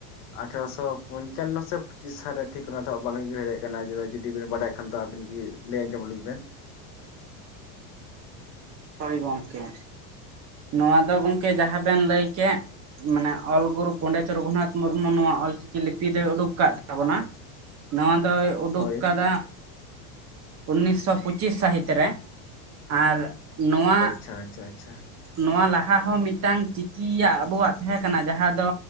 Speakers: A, on the left; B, on the right.
A: ᱟᱴᱷᱮᱨᱚᱥᱚ ᱯᱚᱹᱧᱪᱟᱱᱱᱚᱹ ᱥᱮ ᱯᱸᱪᱤᱥ ᱥᱟᱞᱨᱮ ᱴᱷᱤᱠ ᱚᱱᱟ ᱫᱚ ᱵᱟᱝᱟᱹᱧ ᱩᱭᱦᱟᱹᱨᱮᱫ ᱠᱟᱱᱟ ᱡᱩᱫᱤ ᱵᱤᱱ ᱵᱟᱰᱟᱭ ᱠᱷᱟᱱ ᱫᱚ ᱟᱵᱤᱱ ᱜᱤ ᱞᱟᱹᱭ ᱟᱸᱡᱚᱢ ᱟᱹᱞᱤᱧ ᱵᱮᱱ
B: ᱦᱳᱭ ᱜᱚᱝᱠᱮ ᱱᱚᱣᱟ ᱫᱚ ᱜᱚᱝᱠᱮ ᱡᱟᱦᱟᱸ ᱵᱮᱱ ᱞᱟᱹᱭᱠᱮ ᱢᱟᱱᱮ ᱚᱞ ᱜᱩᱨᱩ ᱯᱚᱱᱰᱤᱛ ᱨᱚᱜᱷᱩᱱᱟᱛᱷ ᱢᱩᱨᱢᱩ ᱱᱚᱣᱟ ᱚᱞᱪᱤᱠᱤ ᱞᱤᱯᱤ ᱫᱚᱭ ᱩᱰᱩᱠ ᱠᱟᱫ ᱛᱟᱵᱚᱱᱟ ᱱᱚᱣᱟ ᱫᱚᱭ ᱩᱰᱩᱠ
A: ᱦᱳᱭ
B: ᱠᱟᱫᱟ ᱩᱱᱤᱥᱥᱚ ᱯᱸᱩᱪᱤᱥ ᱥᱟᱹᱦᱤᱛ ᱨᱮ ᱟᱨ ᱱᱚᱣᱟ
A: ᱟᱪᱪᱟ ᱟᱪᱷᱟ ᱟᱪᱷᱟ
B: ᱱᱚᱣᱟ ᱞᱟᱦᱟ ᱦᱚᱸ ᱢᱤᱫᱴᱟᱝ ᱪᱤᱠᱤᱭᱟᱜ ᱟᱵᱚᱣᱟᱜ ᱛᱟᱦᱮᱸ ᱠᱟᱱᱟ ᱡᱟᱦᱟᱸ ᱫᱚ